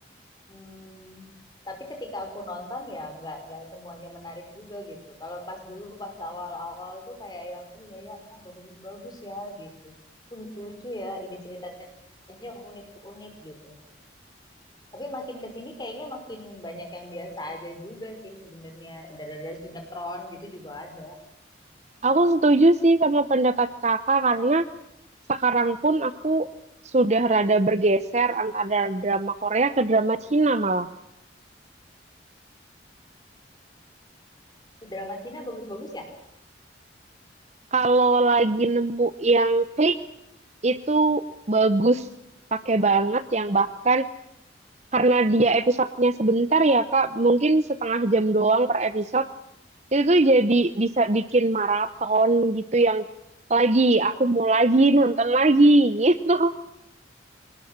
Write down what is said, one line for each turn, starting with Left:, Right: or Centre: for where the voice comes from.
Left: hmm, tapi ketika aku nonton ya nggak nggak semuanya menarik juga gitu kalau pas dulu pas awal-awal tuh kayak yang oh ya ya bagus-bagus ya gitu Oh, lucu-lucu ya ide ceritanya unik-unik gitu tapi makin ke sini kayaknya makin banyak yang biasa aja juga sih sebenarnya. Ada-ada sinetron gitu juga ada.
Right: aku setuju sih sama pendapat kakak karena sekarang pun aku sudah rada bergeser antara drama Korea ke drama Cina malah.
Left: Drama Cina bagus-bagus ya?
Right: Kalau lagi nemu yang klik itu bagus, pakai banget yang bahkan karena dia episodenya sebentar ya Kak, mungkin setengah jam doang per episode itu tuh jadi bisa bikin maraton gitu yang lagi aku mau lagi nonton lagi <laughs> gitu